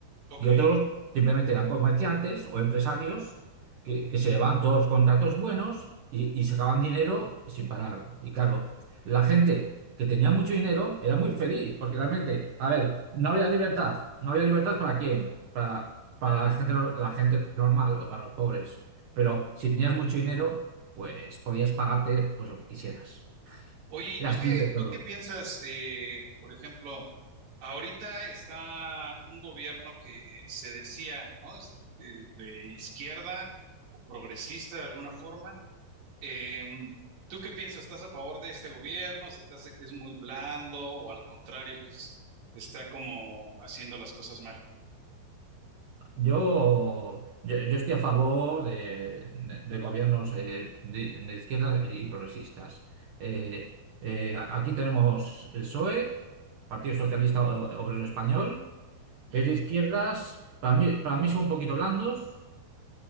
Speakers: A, on the right (about 60°); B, on the right (about 80°).
A: ok.
B: Y otros simplemente eran comerciantes o empresarios que, que se llevaban todos los contratos buenos y, y sacaban dinero sin parar. Y claro, la gente que tenía mucho dinero era muy feliz, porque realmente, a ver, no había libertad. ¿No había libertad para quién? Para, para la gente, no- la gente normal o para los pobres. Pero si tenías mucho dinero, pues podías pagarte pues, lo que quisieras.
A: Oye, ¿y
B: Eras
A: tú qué,
B: libre de todo.
A: tú qué piensas, eh, por ejemplo? Ahorita está un gobierno que se decía, ¿no? Es, eh, de izquierda o progresista de alguna forma. Em, ¿tú qué piensas? ¿Estás a favor de este gobierno? ¿Se te hace que es muy blando o al contrario, que es- está como haciendo las cosas mal?
B: Yo, yo, yo estoy a favor de, de- de gobiernos eh, de, de izquierdas y, y progresistas. Eh, eh, a- aquí tenemos el PSOE, Partido Socialista O- Obrero Español.
A: Ujú,
B: Es de izquierdas, para mí, para mí son un poquito blandos,